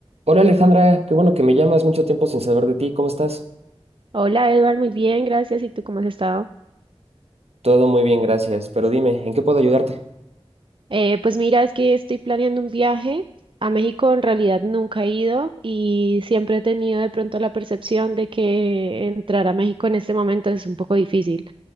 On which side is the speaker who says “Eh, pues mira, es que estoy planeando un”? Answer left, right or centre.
Right